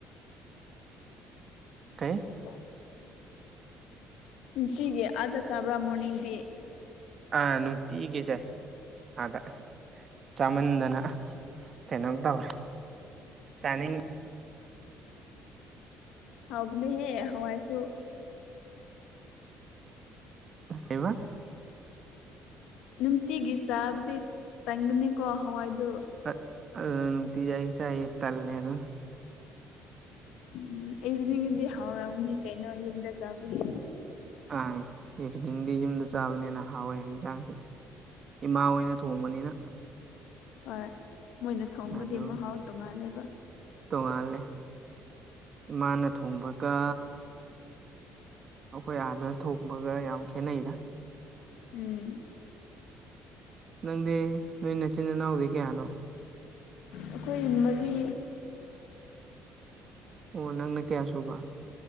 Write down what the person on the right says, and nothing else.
ꯀꯩ
ꯑꯥ ꯅꯨꯡꯇꯤꯒꯤꯁꯦ ꯑꯥꯗ ꯆꯥꯃꯟꯗꯅ ꯀꯩꯅꯣꯝ ꯇꯧꯋꯦ ꯆꯥꯅꯤꯡꯉꯤ
ꯀꯩꯕ
ꯑ ꯑꯗꯨ ꯅꯨꯅꯨꯡꯇꯤꯖꯏ ꯆꯏ ꯇꯜꯅꯦ ꯑꯗꯨ
ꯑ ꯏꯚꯤꯅꯤꯡꯗꯤ ꯌꯨꯝꯗ ꯆꯥꯕꯅꯤꯅ ꯍꯥꯎꯋꯦ ꯍꯟꯖꯥꯡꯗꯤ ꯏꯃꯥ ꯑꯣꯏꯅ ꯊꯣꯡꯕꯅꯤꯅ
ꯑꯗꯨꯒꯤ
ꯇꯣꯡꯉꯥꯜꯂꯦ ꯏꯃꯥꯅ ꯊꯣꯡꯕꯒ ꯑꯩꯈꯣꯏ ꯑꯥꯗ ꯊꯣꯡꯕꯒ ꯌꯥꯝ ꯈꯦꯠꯅꯩꯗ
ꯅꯪꯗꯤ ꯅꯣꯏ ꯅꯆꯤꯟ ꯏꯅꯥꯎꯗꯤ ꯀꯌꯥꯅꯣ
ꯑꯣ ꯅꯪꯅ ꯀꯌꯥ ꯁꯨꯕ